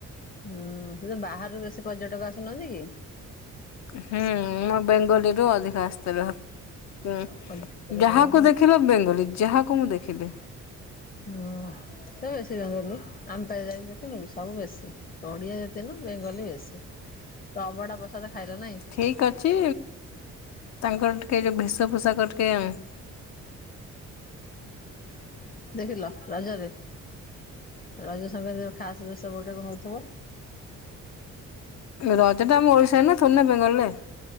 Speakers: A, on the left; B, on the left.
A: ହୁଁ ସେତ ବାହାରାରୁ ବେଶୀ ପର୍ଯ୍ୟଟକ ଆସୁନାହାନ୍ତିକି
B: ହୁଁ ମ ବେଙ୍ଗଲୀରୁ ଅଧିକା ଆସିଥିଲେ। ହଁ
A: ପର୍ଯ୍ୟଟକ
B: ଯାହାକୁ ଦେଖିଲ ବେଙ୍ଗଲୀ ଯାହାକୁ ମୁଁ ଦେଖିଲି
A: ହୁ ସେ ବେଶୀ ବେଙ୍ଗଲି ଆମେପା ଯାଇନଥିନୁକି ସବୁ ବେଶୀ ଓଡିଆ ଜାତି ନା ବେଙ୍ଗଲୀ ବେଶୀ ଅବଢ଼ା ପ୍ରସାଦ ଖାଇଲା ନାଇଁ
B: ଠିକ ଅଛି ତାଙ୍କର ଟିକେ ଯେଉଁ ଭେଷଭୋଷାକ ଟିକେ ଉଁ
A: ଦେଖିଲ ରଜରେ ରଜ ସଂକ୍ରାନ୍ତିର ଖାସ ବେଶ ଗୋଟେ କଣ ହେଉଥିବ।
B: ରଜଟା ଆମ ଓଡିଶାରେ ନା ଥୋଡି଼ନା ବେଙ୍ଗଲିରେ